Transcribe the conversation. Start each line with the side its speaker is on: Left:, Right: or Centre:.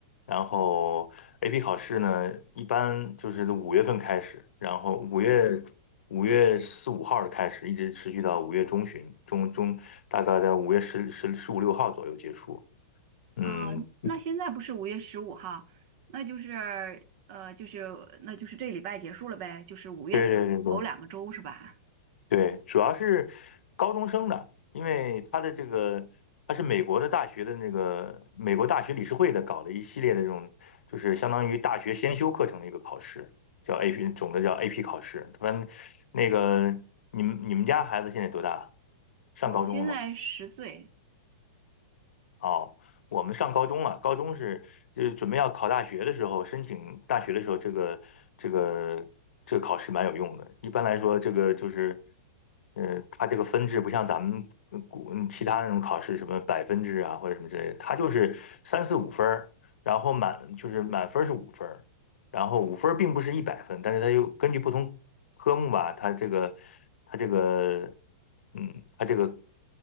Left: 然后 AP 考试呢，一般就是五月份开始，然后五月五月四五号的开始，一直持续到五月中旬，中中大概在五月十十十五六号左右结束。嗯，
Right: 啊、那现在不是五月十五号，那就是呃，就是那就是这礼拜结束了呗，就是五月份头两个周是吧？
Left: 对对对对，对，主要是高中生的，因为他的这个他是美国的大学的那个美国大学理事会的搞了一系列的这种，就是相当于大学先修课程的一个考试，叫 AP，总的叫 AP 考试。他们那个你们你们家孩子现在多大？上高中了吗？
Right: 我们现在十岁，
Left: 哦，我们上高中了，高中是就是准备要考大学的时候，申请大学的时候，这个这个这个考试蛮有用的。一般来说，这个就是，呃，它这个分制不像咱们呃古嗯其他那种考试，什么百分制啊或者什么之类的，它就是三四五分儿，然后满就是满分儿是五分儿，然后五分并不是一百分，但是它又根据不同科目吧，它这个它这个嗯，它这个